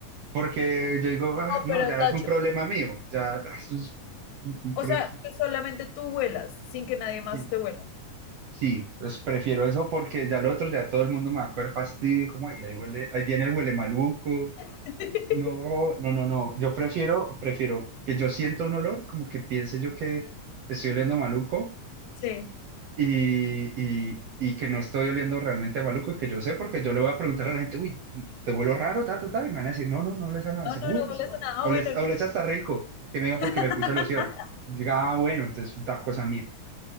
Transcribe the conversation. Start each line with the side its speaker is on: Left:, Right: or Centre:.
Right: Porque yo digo, "Ah,
Left: No,
Right: no,
Left: pero
Right: ya
Left: tacho.
Right: es un problema mío, ya, ah, eso es un un
Left: O
Right: problema.
Left: sea, que solamente tú vuelas, sin que nadie más
Right: Sí.
Left: te vuela.
Right: Sí, pues prefiero eso porque ya lo otro, ya todo el mundo me va a coger fastidio, como "Ay, ahí huele, ahí viene el huele maluco.
Left: <laughs>
Right: No, no, no, no. Yo prefiero, prefiero que yo sienta un olor, como que piense yo que estoy oliendo maluco
Left: Sí.
Right: y, y, y que no estoy oliendo realmente a maluco y que yo sé, porque yo le voy a preguntar a la gente, uy, te huelo raro, ta, ta, ta, y me van a decir, no, no, no les a nada,
Left: No,
Right: seguro,
Left: no, no
Right: no
Left: vuelas
Right: nada.
Left: a nada. Ah,
Right: O
Left: Bueno,
Right: les, o
Left: li-
Right: les hasta rico, que me digan porque
Left: <laughs>
Right: me puse loción. Diga, ah, bueno, entonces es una cosa mía.